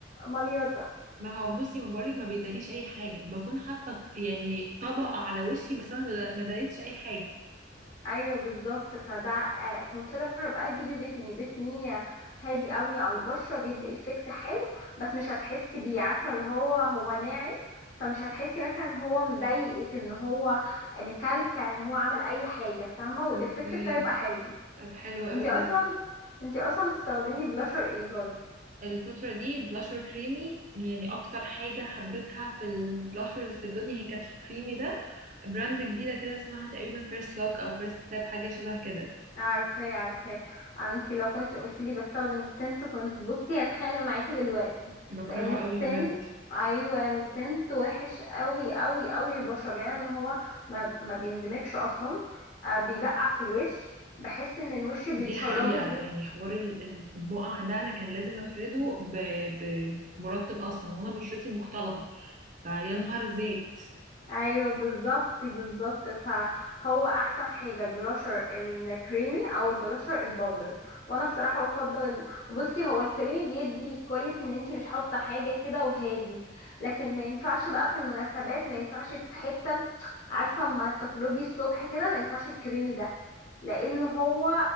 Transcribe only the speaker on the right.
ما هو بصي ما بقولك ما بيداريش اي حاجه بكون حاطه يعني طبقه على وشي بس انا ما دا- ما داريتش اي حاجه
اوكي
طب حلو قوي
ده
الفتره دي بلاشر كريمي يعني اكتر حاجه حبيتها في البلاشرز في الدنيا هي كانت الكريمي ده براند جديده كده اسمها تقريبا فيرست لوك او فيرست تاب حاجه شبه كده
بكرهها
قوي بجد
دي حقيقه يعني حوار ال- ال- البقع ده انا كان لازم افرده ب- بمرطب اصلا وانا بشرتي مختلطه فيا نهار زيت